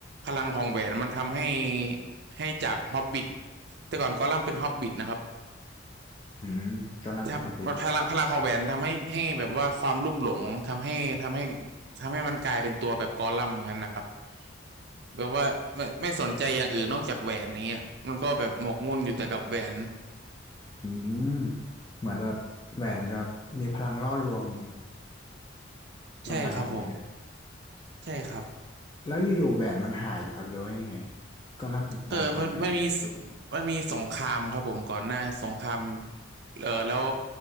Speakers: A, on the right; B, on the left.
A: พลังของแหวนมันทำให้ให้จากฮอบบิทแต่ก่อนกอลัมน์เป็นฮอบบิทนะครับ
B: อืมกอลัมน์เป็นฮอบบิท
A: ทำมันพลังพลังของแหวนทำให้ให้แบบว่าความลุ่มหลงทำให้ทำให้ทำให้มันกลายเป็นตัวแบบกอลัมน์อย่างนั้นนะครับแบบว่าไม่ไม่สนใจอย่างอื่นนอกจากแหวนอย่างเงี้ยมันก็แบบหมกมุ่นอยู่แต่กับแหวน
B: อืมเหมือนแบบแหวนแบบมีพลังล่อลวงประมาณนี้ไหมฮะ
A: ใช่ครับผมใช่ครับ
B: แล้วอยู่ๆแหวนมันหายเหรือครับหรือว่ายังไงก็ล่ำถึงตามหาแหวน
A: เออมันมันมีสมันมีสงครามครับผมก่อนหน้าสงคราม เออแล้ว